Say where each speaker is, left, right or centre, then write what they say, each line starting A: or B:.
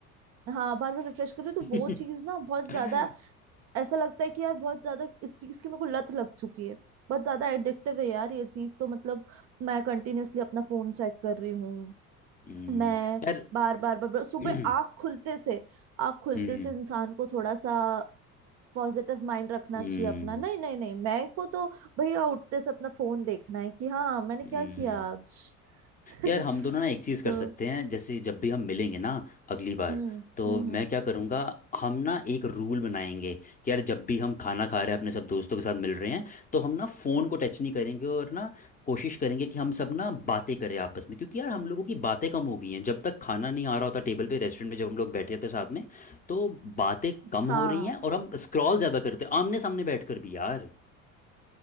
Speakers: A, on the right (about 35°); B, on the left (about 20°).
A: हाँ बार बार रिफ्रेश कर रही हूँ
B: <laughs>
A: तो वो चीज ना बहुत
B: हम्म,
A: ज्यादा ऐसा लगता है कि यार बहुत ज्यादा इस चीज की मेरे को लत लग चुकी है बहुत ज्यादा एडिक्टिव है यार ये चीज तो मतलब मैं कंटिन्यूअसली अपना फोन चेक कर रही हूँ
B: हम्म,
A: मैं
B: यार
A: बार बार बार बार सुबह
B: <clears throat>
A: आँख खुलते से आँख खुलते
B: हम्म
A: से इंसान को थोड़ा सा पॉजिटिव माइंड रखना
B: हम्म
A: चाहिए अपना नहीं नहीं नहीं मैं को तो भैया उठते से अपना फोन देखना है कि हाँ मैंने
B: हम्म,
A: क्या किया आज <laughs>
B: यार हम दोनों ना एक चीज़ कर
A: तो
B: सकते हैं जैसे जब भी हम मिलेंगे ना अगली बार
A: हम्म हम्म
B: तो मैं
A: हम्म,
B: क्या करूँगा हम ना एक रूल बनाएंगे कि यार जब भी हम खाना खा रहे हैं अपने सब दोस्तों के साथ मिल रहे हैं तो हम ना फ़ोन को टच नहीं करेंगे और ना कोशिश करेंगे कि हम सब ना बातें करें आपस में क्योंकि यार हम लोगों की बातें कम हो गई हैं जब तक खाना नहीं आ रहा होता टेबल पे रेस्टोरेंट में जब हम लोग बैठे थे साथ में तो बातें कम
A: हाँ
B: हो रही हैं और हम स्क्रॉल ज़्यादा करते हैं आमने सामने बैठ कर भी यार